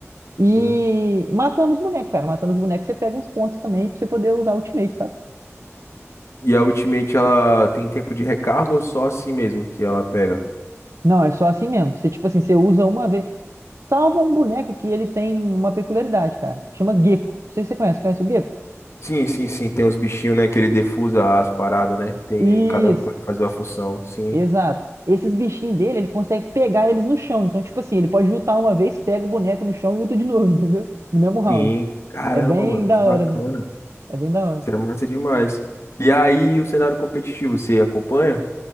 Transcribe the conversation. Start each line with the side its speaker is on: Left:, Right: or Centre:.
Right: E
Left: sim.
Right: matando os bonecos, cara. Matando os bonecos, você pega uns pontos também pra você poder usar Ultimate, sabe?
Left: E a Ultimate, ela tem tempo de recarga ou só assim mesmo que ela pega?
Right: Não, é só assim mesmo. Você, tipo assim, você usa uma vez. Salva um boneco que ele tem uma peculiaridade, cara. Chama Gecko. Não sei se você conhece. Conhece o Gecko?
Left: Sim, sim, sim. Tem os bichinhos, né? Que ele defusa as paradas, né? Tem
Right: Isso,
Left: cada coisa faz uma função. Sim,
Right: exato. Esses bichinhos dele, ele consegue pegar eles no chão. Então, tipo assim, ele pode lutar uma vez, pega o boneco no chão e luta de novo, <laughs> entendeu? No mesmo round.
Left: sim. Caramba,
Right: É bem
Left: mano,
Right: da
Left: que bacana.
Right: hora, né, cara? É bem da hora.
Left: Isso é massa demais. E aí, o cenário competitivo, você acompanha?